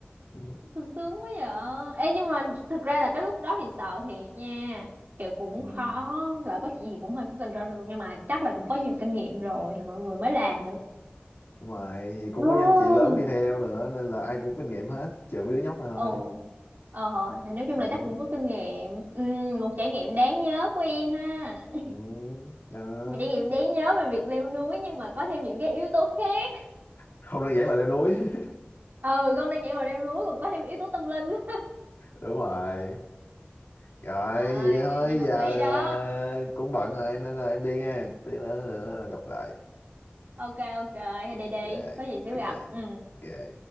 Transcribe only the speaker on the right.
<laughs> sung sướng quá vậy ê nhưng mà thực ra là cái lúc đó thì sợ thiệt nha kiểu cũng
khó là có chuyện gì cũng hơi có control được nhưng mà chắc là cũng có nhiều kinh nghiệm rồi thì mọi người mới làm
được
Ồ, ờ, thì nói chung
là chắc cũng có kinh nghiệm. Ừm, một trải nghiệm đáng nhớ của em ha. <laughs>
Một trải nghiệm đáng nhớ về việc leo núi nhưng mà có thêm những cái yếu tố khác.
Ừ, không đơn giản là leo núi còn có thêm yếu tố tâm linh. <laughs>
À,
nghe hợp
lý đó.
Ờ,
Ok, ok, thì đi đi,
có gì xíu
gặp. Ừ.